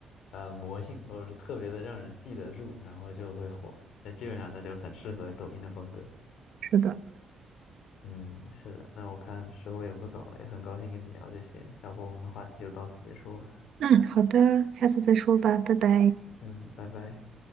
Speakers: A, on the left (about 75°); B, on the right (about 65°).
A: 呃，魔性，或者是特别的让人记得住，然后就会火。那基本上他就很适合抖音的风格。
B: 是的。
A: 嗯，是的。那我看时候也不早了，也很高兴跟你聊这些，要不我们的话题就到此结束吧。
B: 嗯，好的，下次再说吧，拜拜。
A: 嗯，拜拜。